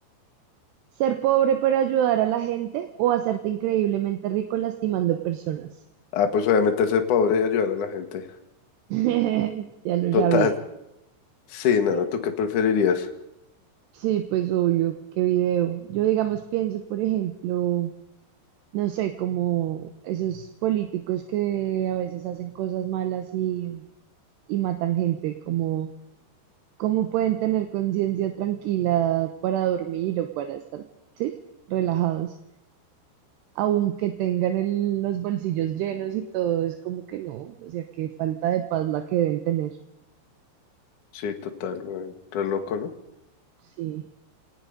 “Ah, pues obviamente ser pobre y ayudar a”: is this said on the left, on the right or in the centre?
Left